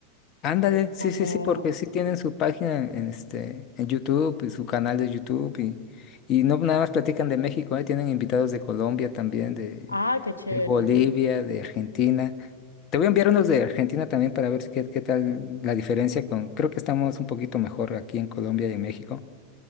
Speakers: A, on the left (about 35°); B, on the left (about 75°).
A: Ándale,
B: como,
A: sí, sí, sí, porque sí tienen su página en, este, en YouTube y su canal de YouTube y, y no nada más platican de México, ¿eh? Tienen invitados de Colombia también, de,
B: ah, qué chévere.
A: de Bolivia, de Argentina. Te voy a enviar unos de Argentina también para ver si qué, qué tal la diferencia con, creo que estamos un poquito mejor aquí en Colombia y en México.